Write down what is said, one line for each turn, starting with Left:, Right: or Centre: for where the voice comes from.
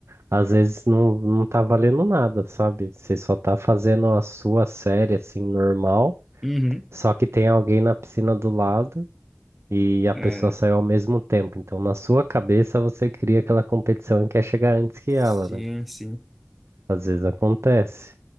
Right: às vezes não, não tá valendo nada, sabe? Você só tá fazendo a sua série, assim, normal.
Centre: Uhum.
Right: Só que tem alguém na piscina do lado e a pessoa
Centre: É,
Right: saiu ao mesmo tempo. Então, na sua cabeça, você cria aquela competição e quer chegar antes que
Centre: sim,
Right: ela, né?
Centre: sim.
Right: Às vezes acontece.